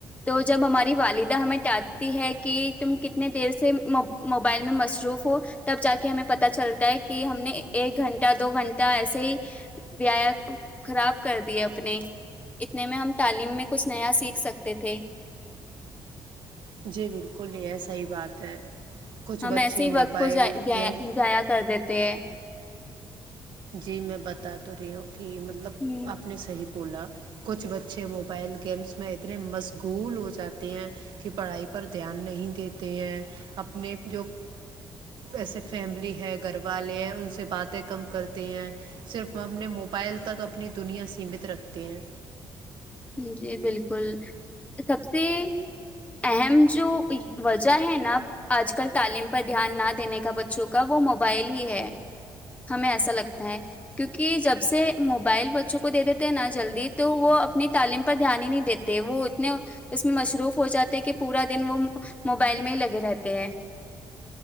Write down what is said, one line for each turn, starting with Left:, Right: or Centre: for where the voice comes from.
Left: تو جب ہماری والدہ ہمیں ڈانٹتی ہے کہ تم کتنے دیر سے موبائل میں مصروف ہو تب جا کے ہمیں پت چلتا ہے کہ ہم نے ایک گھنٹہ دو گھنٹہ ایسے ہی ویا خراب کر دے اپنے اتنے میں ہم تعلیم میں کچھ نیا سیکھ سکتے تھے
Right: جی بالکل یہ ہے صحی بات ہے کچھ
Left: ہم
Right: بچے
Left: ایسے ہی وقت
Right: موبائل
Left: کو
Right: گیم
Left: جایا کر دیتے ہیں
Right: جی میں بتا تو رہی ہوں کہ مطلب
Left: ہوں،
Right: آپ نے صحیح کولا کچھ بچے موبائل گیمس میں اتنے مشغول ہو جاتے ہیں کہ پڑھائی پر دھیان نہیں دیتے ہیں اپنے جو ایسے فیملی ہے گھر والے ہیں ان سے باتیں کم کر ہیں صرف اپنے موبائل تک اپنی دنیا سیمت رکھتے ہیں
Left: جی بالکل سب سے اہم جو وجہ ہے نا آج کل تعلیم پر دھیان نہ دینے کا بچوں کا وہ موبائل ہی ہے ہمیں ایسا لگتا ہے کیونکہ جب سے بائل بچوں کو دے دیتے ہیں نہا جلدی تو وہ اپنی تعلیم پر دھیان ہی نہیں دیتے وہ اتنے اس میں مصروف ہو جاتے کہ پورا دن وہ موبائل میں ہی لگے رہتے ہیں